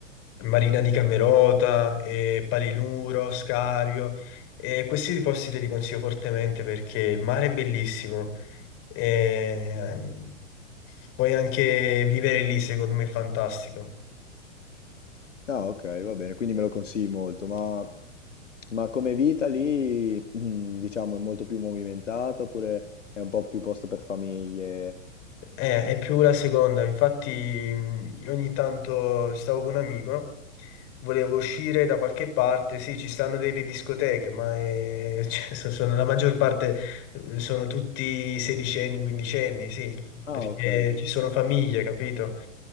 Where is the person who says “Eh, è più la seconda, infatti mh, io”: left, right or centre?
Left